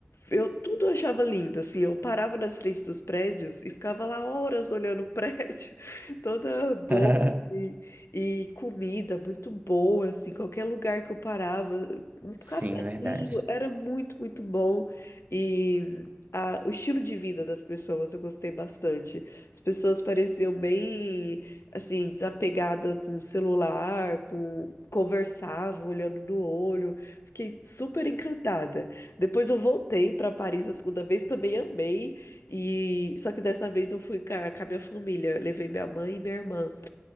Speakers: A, on the left; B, on the right.
A: Eu tudo eu achava lindo, assim, eu parava nas frentes dos prédios e ficava lá horas olhando o <laughs> prédio toda boa
B: <laughs>
A: e, e comida muito boa, assim, qualquer lugar que eu parava, um cafezinho
B: Sim, verdade.
A: era muito, muito bom e a- o estilo de vida das pessoas eu gostei bastante. As pessoas pareciam bem, assim, desapegadas com o celular, com conversavam olhando no olho. Fiquei super encantada. Depois eu voltei para Paris a segunda vez, também amei. E só que dessa vez eu fui com a, com a minha família, levei minha mãe e minha irmã.